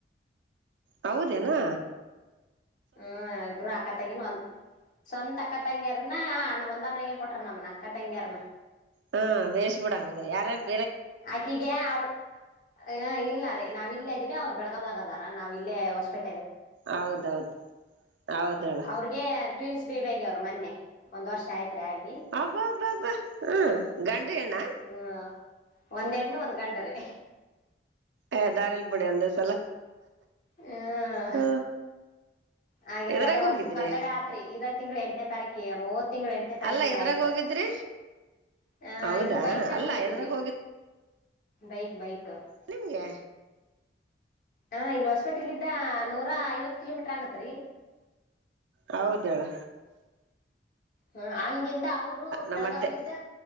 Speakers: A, on the right; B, on the left.
A: ಹೌದೇನಾ.
B: ಹ್ಮ್ -ಇಬ್ರು ಆಕ ತಂಗಿನ ಒಲ್. ಸ್ವಂತ ಅಕ್ಕ ತಂಗ್ಯಾರನ ಅಣ್ಣ ಒಂದ ಮನೆಗೆ ಕೊಟ್ರ ನಮನ ಅಕ್ಕ ತಂಗ್ಯಾರನ.
A: ಹಾ -ಬೇಷ್ ಬಿಡಂಗಾದ್ರೆ ಯಾರ್ದು.
B: ಆಕಿಗೆ ಅವಘ ಇಲ್ಲ -ರೀ -ನಾವವು ಇಲ್ಲೇ ಇದಿವವಿ ಅವ್ರು ಬೆಳಗೋದಾಗದಾರ ನಾವ -ಇ- ಹೊಸ್ಪೆ
A: ಹೌದೌದು ಹೌದಳ
B: ಅವ್ರಿಗೆ ಟ್ವಿನ್ಸ್ ಬೇಬಿ ಆಗಿ ಅವರು ಮೊನ್ನೆ ಒಂದ್ ವರ್ಷ ಆಯ್ತ್ರಿ ಆಯ್ತ.
A: ಹಬ್ಬಬ್ಬಬ್ಬ- ಹ್ಮ -ಗಂಡು ಹೆಣ್ಣು.
B: ಹ್ಮ್ ಒಂದ್ ಹೆಣ್ಣು ಒಂದ್ ಗಂಡ್ರಿ.
A: ಹ- ದಾರಿಲ್ ಬಿುಡಿ ಅಂದ ಸಲ
B: ಹ್ಮ
A: ಹ
B: -ಹಾಗ್ಯಾರ
A: ಎದ್ರಾಗ
B: ಅಲ್ಲೇ ವರ್ಸದ್
A: ಹೋಗಿದ್ರಿ
B: ಬರ್ತಡ ಆತ್ರಿ ಇದ. ತಿಂಗಳ ಎಂಟನೇತಾರೀಕಿಗೆ ಮೂವತ್ತು ತಿಂಗಳ ಎಂಟನೇ ತಾರೀಕಿಗೆ
A: ಅಲ್ಲ ಎದ್ರಾಗ
B: ಆಯ್ತು.
A: ಹೋಗಿದ್ರಿ
B: ಹ-
A: ಹೌದಾ
B: ಇದು ಬೈಕ್ನಾಗ
A: ಅಲ್ಲ
B: ಹೋಗಿದ್ದೀವ್ರಿ
A: ಎದ್ರಾಗ
B: ಬೈಕ್ ಬೈಕ್.
A: ನಿಮ್ಮ -ಗೆ
B: ಹಾ- ಇಲ್ಲಿ ಹೊಸಪೇಟೆಲ್ಲಿದ್ದ ನೂರಾ ಐವತ್ ಕಿಲೋಮೀಟರ್ ಆಗತ್ರಿ.
A: ಹೌದೇಳು
B: ಹ- ಹಂಗಿಂದ ಅವರು
A: ನಮ್ಮತ್ತೆ
B: ಬೆಳಗಾವ್ಲಿದ್ದ